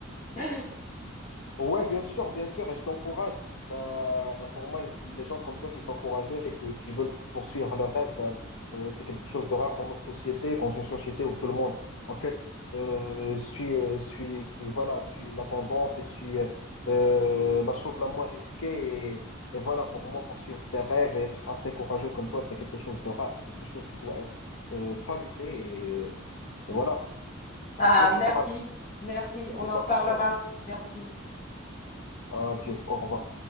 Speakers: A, on the left; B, on the left.
A: <laughs>
B: Ouais, bien sûr, bien sûr, et je t'encourage. Bah, pour moi, les gens comme toi qui sont courageux et que- qui veulent poursuivre leurs rêves, bah, euh, c'est quelque chose de rare dans notre société, dans une société où tout le monde, en fait, euh, suit, euh, suit, voilà, suit la tendance et suit euh, euh, la chose la moins risquée. Et, et voilà, pour moi, poursuivre ses rêves et être assez courageux comme toi, c'est quelque chose de rare, et quelque chose qui doit être euh, saluté. Et, et voilà,
A: Bah,
B: je te souhaite
A: merci,
B: du courage
A: merci, on
B: et de
A: en
B: la
A: reparlera.
B: bonne chance.
A: Merci.
B: Adieu, au revoir.